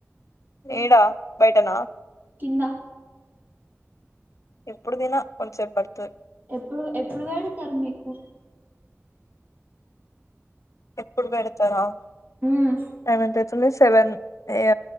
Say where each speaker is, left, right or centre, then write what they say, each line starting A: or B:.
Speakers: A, on the left; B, on the right.
A: ఇడా బైటన
B: కింద
A: ఇప్పుడు తిన కొంసేపు పాడ్
B: ఎప్పుడు ఎప్పుడు పెడతార్ మీకు
A: ఎప్పుడు పెడతారా
B: ఉమ్
A: టైమేంత సెవెన్ ఇగ